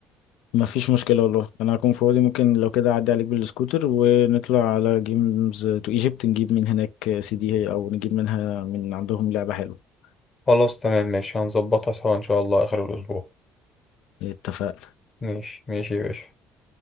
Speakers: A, on the left (about 85°); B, on the left (about 30°).
A: ما فيش مشكلة والله انا هكون فاضي ممكن لو كده اعدي عليك بالسكوتر ونطلع على جيمز تو ايجيبت نجيب من هناك سي دي او نجيب منها من عندهم لعبة حلوة
B: خلاص تمام ماشي هنظبطها سوا ان شاء الله اخر الاسبوع
A: اتفقنا
B: ماشي ماشي يا باشا